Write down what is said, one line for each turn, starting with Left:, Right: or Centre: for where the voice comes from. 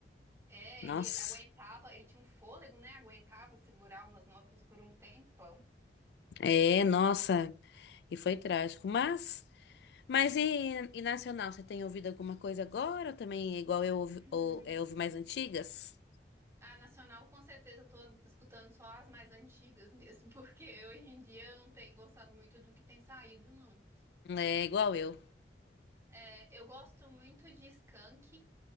Right: é,
Left: Nossa,
Right: ele aguentava, ele tinha um fôlego, né? Aguentava segurar umas notas por um tempão.
Left: é, nossa, e foi trágico. Mas, mas e, e nacional, você tem ouvido alguma coisa agora? Ou também é igual eu ouvi,
Right: Hum,
Left: ou, é, ouvi mais antigas?
Right: A Nacional, com certeza, eu tô escutando só as mais antigas mesmo, <laughs> porque hoje em dia eu não tenho gostado muito do que tem saído, não.
Left: É igual eu.
Right: É, eu gosto muito de Skank.